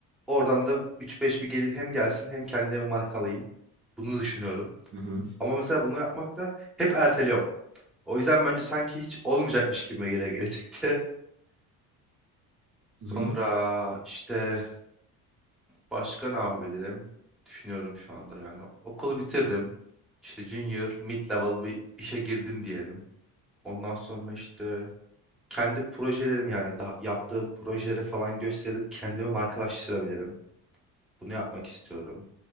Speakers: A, in the centre; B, on the right (about 35°).
A: oradan da üç beş bir gelir hem gelsin hem kendime marka alayım. Bunu düşünüyorum.
B: hı hı,
A: Ama mesela bunu yapmak da hep erteliyorum. O yüzden bence sanki hiç olmayacakmış gibi gele gelecekti. <laughs> Sonra
B: hı hı.
A: işte başka ne yapabilirim? Düşünüyorum şu anda yani. Okulu bitirdim. İşte junior, mid level bir işe girdim diyelim. Ondan sonra işte kendi projelerim yani daha yaptığım projeleri falan gösterip kendimi markalaştırabilirim. Bunu yapmak istiyorum.